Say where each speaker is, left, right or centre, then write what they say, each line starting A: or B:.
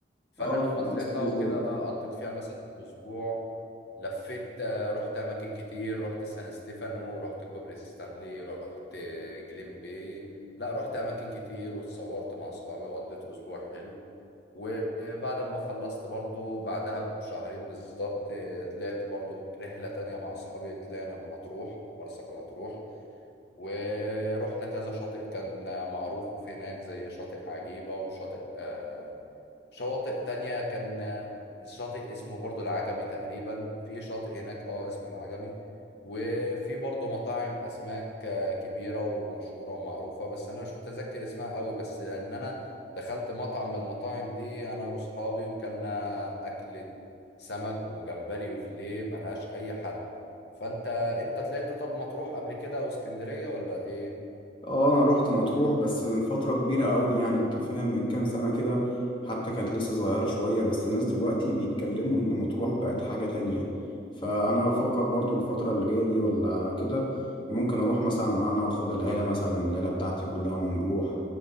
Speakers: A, on the left; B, on the left.
A: فانا
B: اه
A: لما
B: في ناس
A: طلعتها
B: كتير زي
A: وكده قضيت فيها مثلا اسبوع لفيت آه، رحت اماكن كتير رحت سان ستيفانو رحت كوبري ستانلي رحت آه، جليم باي لا رحت اماكن كتير واتصورت مع اصحابي وقضيت اسبوع حلو وبعد ما خلصت برضو بعدها بشهرين بالظبط آه، طلعت برضو رحلة تانية مع اصحابي طلعنا مطروح مرسى مطروح ورحنا كذا شاطئ كان معروف هناك زي شاطئ عجيبة وشاطئ آه، شواطئ تانية كان آه، شاطئ اسمه برضو العجمي تقريبا في شاطئ هناك اه اسمه العجمي وفي برضو مطاعم أسماك آه، كبيرة ومشهورة ومعروفة بس أنا مش متذكر اسمها قوي بس إن أنا دخلت مطعم من المطاعم دي أنا وأصحابي وكلنا أكلة سمك وجمبري وفيليه ملهاش أي حل فأنت أنت طلعت طب مطروح قبل كده أو اسكندرية ولا إيه؟
B: اه انا روحت مطروح بس من فترة كبيرة قوي يعني انت فاهم من كام سنة كده حتى كانت لسه صغيرة شوية بس الناس دلوقتي بيتكلموا ان مطروح بقت حاجة تانية فانا بفكر برضو الفترة اللي جاية دي ولا كده ممكن اروح مثلا انا واخد العيلة مثلا العيلة بتاعتي كلها ونروح